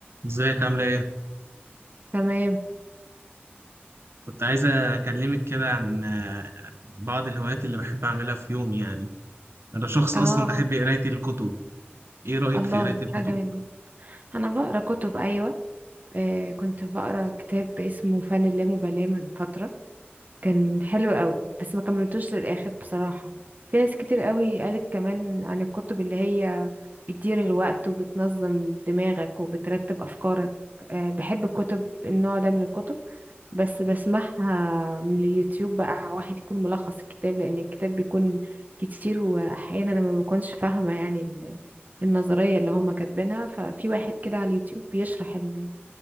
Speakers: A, on the right; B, on the right.
A: ازيك عاملة ايه؟
B: تمام
A: كنت عايزة أكلمك كده عن آه، بعض الهوايات اللي بحب أعملها في يومي يعني أنا شخص
B: اه
A: أصلا بحب قراية الكتب ايه رأيك
B: الله
A: في قراية
B: دي
A: الكتب؟
B: حاجة جميلة جدا انا بقرا كتب ايوه آه كنت بقرا كتاب اسمه فن اللامبالاة من فترة كان حلو قوي بس ما كملتوش للاخر بصراحة في ناس كتير قوي قالت كمان عن الكتب اللي هي بتدير الوقت وبتنظم دماغك وبترتب افكارك آه بحب الكتب النوع ده من الكتب بس بسمعها من اليوتيوب بقى واحد يكون ملخص الكتاب لان الكتاب بيكون كتير واحيانا انا ما بكونش فاهمه يعني ال- النظريه اللي هما كاتبينها ففي واحد كده على اليوتيوب بيشرح ال...